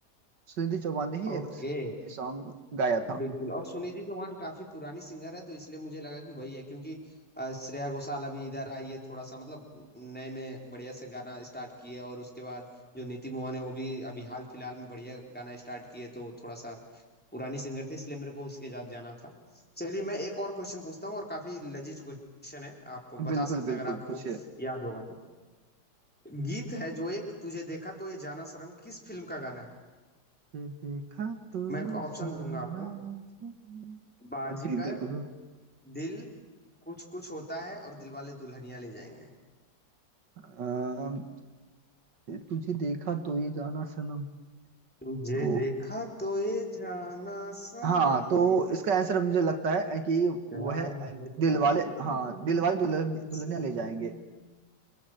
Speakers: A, on the right; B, in the centre.
A: सुनिधि चौहान ने ही ये
B: ओके
A: सॉन्ग गाया था
B: बिल्कुल और सुनिधि चौहान काफी पुरानी सिंगर है तो इसलिए मुझे लगा कि वही है क्योंकि अ, श्रेया घोषाल अभी इधर आई है थोड़ा सा मतलब नए में बढ़िया से गाना स्टार्ट किए और उसके बाद जो नीति मोहन है वो भी अभी हाल फिलहाल में बढ़िया गाना स्टार्ट किए तो थोड़ा सा पुरानी सिंगर थी इसलिए मेरे को उसके साथ जाना था चलिए मैं एक और क्वेश्चन पूछता हूँ और काफी लजीज क्वेश्चन है आप बता
A: बिल्कुल
B: सकते
A: बिल्कुल
B: हैं अगर आपको
A: पूछिए
B: याद होगा तो गीत है जो एक तुझे देखा तो ये जाना शर्म किस फिल्म का गाना है
A: ये देखा तो
B: मैं
A: ये
B: ऑप्शन
A: जाना
B: दूंगा आपको
A: चाहिए
B: बाजीगर
A: जी बिल्कुल
B: दिल कुछ कुछ होता है और दिल वाले दुल्हनिया ले जाएंगे
A: अम, तुझे देखा तो ये जाना सनम
B: तुझे
A: तो
B: देखा तो ये जाना सनम
A: हाँ तो इसका आंसर मुझे लगता है कि वो
B: प्यार
A: है
B: होता
A: दिल
B: है
A: वाले
B: दीवाना
A: हाँ दिल वाले दुल्हन दुल्हनिया
B: सनम
A: ले जाएंगे